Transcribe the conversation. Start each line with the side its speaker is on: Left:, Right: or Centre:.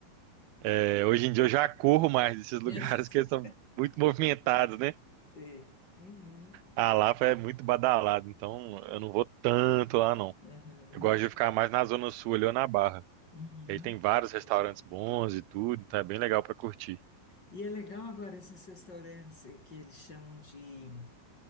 Right: é, hoje em dia eu já corro mais desses <laughs> lugares
Left: <laughs>
Right: que eles são muito movimentados, né?
Left: Sei. Uhum.
Right: A Lapa é muito badalado, então eu não vou tanto lá não.
Left: Aham.
Right: Eu gosto de ficar mais na Zona Sul ali ou na Barra.
Left: Uhum.
Right: Aí tem vários restaurantes bons e tudo, então é bem legal pra curtir.
Left: E é legal agora esses restaurantes eh, que eles chamam de,